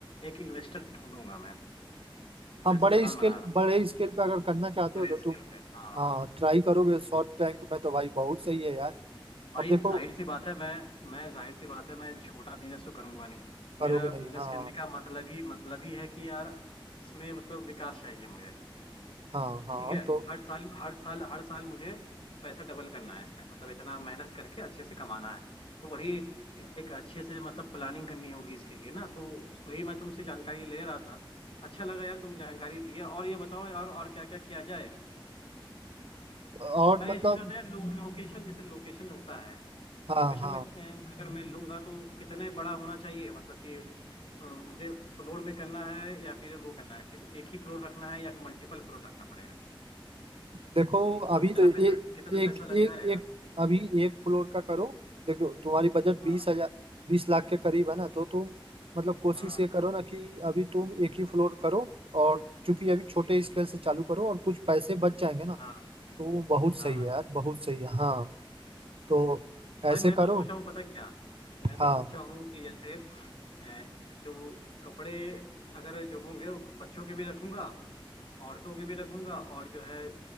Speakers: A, on the left; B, on the right.
A: एक इन्वेस्टर ढूंढूंगा मैं
B: हाँ
A: मैं ऐसा
B: बड़े
A: प्लान
B: स्केल
A: बना रहा हूँ
B: बड़े स्केल पे अगर करना चाहते
A: बड़े
B: हो तो
A: स्केल
B: तुम
A: पे हाँ।
B: हाँ ट्राई करोगे शॉर्ट टैंक में तो भाई बहुत सही है यार
A: भाई
B: अब देखो
A: जाहिर सी बात है मैं मैं जाहिर सी बात है मैं छोटा बिजनेस तो करूंगा नहीं
B: करोगे
A: मेरा
B: नहीं
A: बिजनेस
B: हाँ
A: करने का मतलब ही मतलब ही है कि यार इसमें मतलब विकास चाहिए मुझे
B: हाँ हाँ
A: ठीक है
B: तो
A: हर साल हर साल हर साल मुझे पैसा डबल करना है इसमें मतलब इतना मेहनत करके अच्छे से कमाना है तो वही एक अच्छे से मतलब प्लानिंग करनी होगी इसके लिए ना तो वही मैं तुमसे जानकारी ले रहा था अच्छा लगा यार तुम जानकारी दिया और ये बताओ यार और क्या क्या किया जाए
B: और
A: मैं
B: मतलब
A: ये सोच रहा था यार लो, लोकेशन जैसे लोकेशन होता है
B: हाँ
A: लोकेशन
B: हाँ
A: में अम, अगर मैं लूंगा तो कितने बड़ा होना चाहिए मतलब कि अम, मुझे फ्लोर में करना है या फिर वो करना है सिर्फ एक ही फ्लोर रखना है या फिर मल्टीपल फ्लोर रखना पड़ेगा
B: देखो
A: और
B: अभी
A: कितना
B: तो
A: पैसा
B: ये
A: कितना
B: एक
A: पैसा लग
B: एक
A: जाएगा
B: एक अभी एक फ्लोर का करो देखो तुम्हारी बजट
A: हाँ
B: बीस हजार बीस लाख के करीब है ना तो तुम मतलब कोशिश
A: हाँ
B: ये करो ना कि अभी तुम एक ही फ्लोर करो और चूंकि अभी छोटे
A: ठीक है
B: स्केल से चालू करो और कुछ पैसे बच जाएंगे ना
A: हाँ
B: तो वो बहुत सही
A: हाँ हाँ
B: है यार बहुत सही है हाँ तो
A: भाई
B: ऐसे
A: मैं
B: करो
A: तो सोचा हूँ पता क्या मैं तो
B: हाँ
A: सोचा हूँ कि जैसे अ, जो वो कपड़े अगर जो होंगे वो बच्चों के भी रखूंगा औरतों के भी रखूंगा और जो है